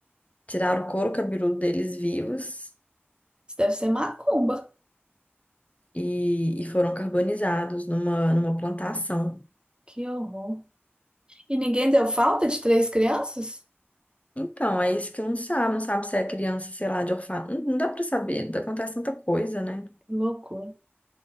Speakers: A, on the left; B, on the right.
A: tiraram o couro cabeludo deles vivos.
B: Isso deve ser macumba.
A: e, e foram carbonizados numa, numa plantação.
B: Que horror. E ninguém deu falta de três crianças?
A: Então, é isso que não sabe, não sabe se é criança, sei lá, de orfanato. Não, não dá pra saber, acontece tanta coisa, né?
B: Que loucura.